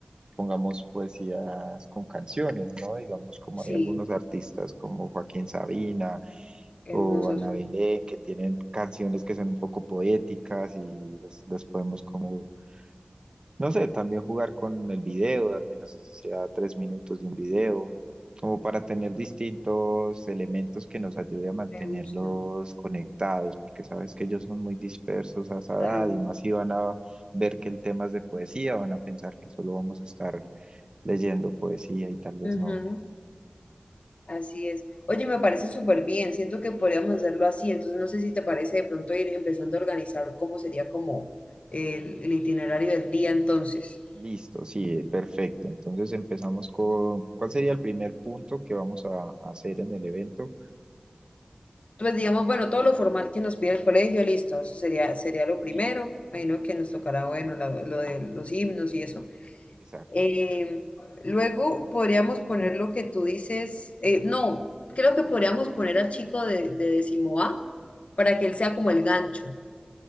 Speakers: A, on the right; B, on the left.
A: pongamos poesías con canciones, ¿no? Digamos, como
B: Sí,
A: hay algunos artistas como Joaquín Sabina
B: hermoso,
A: o Ana
B: sí,
A: Belén, que tienen canciones que son un poco poéticas y las, las podemos como, no sé, también jugar con el video, al menos si sea tres minutos de un video, como para tener distintos elementos que nos ayude a mantenerlos
B: me gusta,
A: conectados, porque sabes que ellos son muy dispersos a esa edad
B: claro.
A: y más si van a ver que el tema es de poesía, van a pensar que solo vamos a estar leyendo poesía y tal vez
B: Ujú,
A: no.
B: Así es. Oye, me parece súper bien, siento que podríamos hacerlo así, entonces no sé si te parece de pronto ir empezando a organizar cómo sería como el, el itinerario del día entonces.
A: Listo, sí, perfecto. Entonces empezamos con, ¿cuál sería el primer punto que vamos a, a hacer en el evento?
B: Pues digamos, bueno, todo lo formal que nos pide el colegio, listo, eso sería, sería lo primero.
A: Sí,
B: Imagino que nos tocará, bueno, la- lo de los himnos y eso.
A: exacto.
B: Eh, luego podríamos poner lo que tú dices, eh, no, creo que podríamos poner al chico de, de décimo A para que él sea como el gancho,